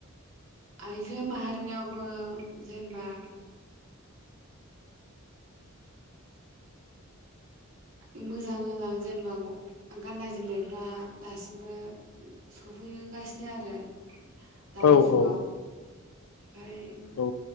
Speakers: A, on the right; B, on the left.
A: आयजो माहारिनिङावबो जेनेबा उम मोजां मोजां जेनेबा ग गाननाय जोमनायफ्रा दासिमबो सफैगासिनो आरो दानि
B: औ
A: जुगाव
B: औ
A: ओमफाय
B: औ